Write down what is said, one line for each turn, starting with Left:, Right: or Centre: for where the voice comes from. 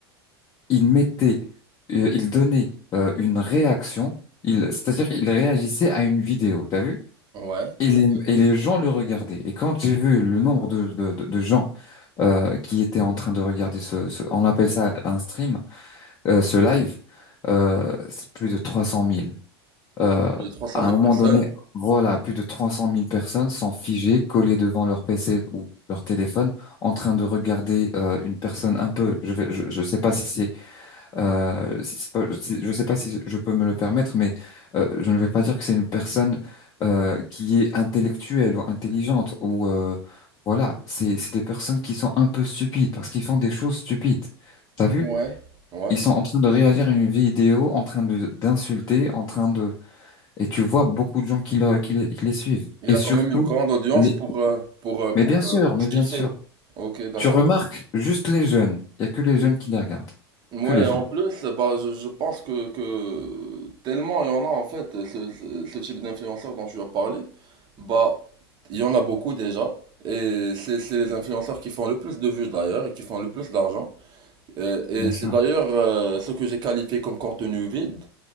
Left: il mettait, euh, il donnait euh, une réaction, il, c'est-à-dire qu'il réagissait à une vidéo, t'as vu?
Right: ouais,
Left: Et les,
Right: ok.
Left: et les gens le regardaient. Et quand j'ai vu le nombre de, de, de- de gens euh, qui étaient en train de regarder ce, ce- on appelle ça un stream, euh, ce live, euh, c'est plus de 300 000. Euh,
Right: Il y a 300
Left: à
Right: 000
Left: un moment
Right: personnes.
Left: donné, voilà, plus de trois cent mille personnes sont figées, collées devant leur PC ou leur téléphone, en train de regarder euh, une personne un peu, je vais, je, je sais pas si c'est euh, c'est- c'est pas- c'est- je ne sais pas si je peux me le permettre, mais euh, je ne vais pas dire que c'est une personne euh, qui est intellectuelle ou intelligente ou euh, voilà. C'est c'est des personnes qui sont un peu stupides parce qu'ils font des choses stupides. T'as vu?
Right: Ouais, ouais.
Left: Ils sont en train de réagir à une vidéo, en train de d'insulter, en train de et tu vois beaucoup de gens qui, leur- qui, les, qui les suivent.
Right: Il
Left: Et
Right: a
Left: surtout,
Right: quand même une grande audience
Left: les...
Right: pour, euh, pour, euh, pour,
Left: mais bien sûr,
Right: euh, pour
Left: mais
Right: ce
Left: bien
Right: qu'il fait.
Left: sûr.
Right: Ok, d'accord.
Left: Tu remarques juste les jeunes. Il y a que les jeunes qui les regardent,
Right: Ouais,
Left: que les jeunes,
Right: en plus, bah, je, je pense que, que tellement il y en a en fait, ce, ce- ce type d'influenceurs dont tu as parlé, bah, il y en a beaucoup déjà, et c'est c'est les influenceurs qui font le plus de vues d'ailleurs, et qui font le plus d'argent, et, et
Left: bien
Right: c'est
Left: sûr.
Right: d'ailleurs euh, ce que j'ai qualifié comme contenu vide,